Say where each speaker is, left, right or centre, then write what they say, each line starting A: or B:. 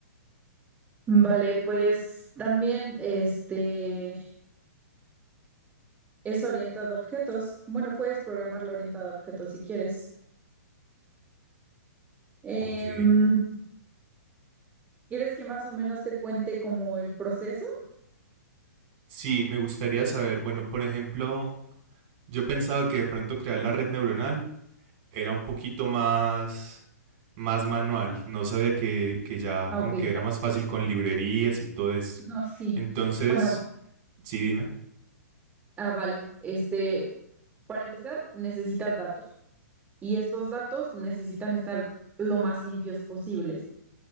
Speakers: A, on the right (about 15°); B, on the right (about 40°).
A: Vale, pues también este es orientado a objetos. Bueno, puedes programarla orientada a objetos si quieres. Em,
B: Ok.
A: ¿quieres que más o menos te cuente como el proceso?
B: Sí, me gustaría saber, bueno, por ejemplo, Yo pensaba que de pronto crear la red neuronal era un poquito más, más manual. No sabía que, que ya
A: Ah,
B: como
A: ok.
B: que era más fácil con librerías y todo eso.
A: No, sí.
B: Entonces,
A: Bueno,
B: sí, dime.
A: ah, vale. Este, Para empezar, necesitas datos y estos datos necesitan estar lo más limpios posibles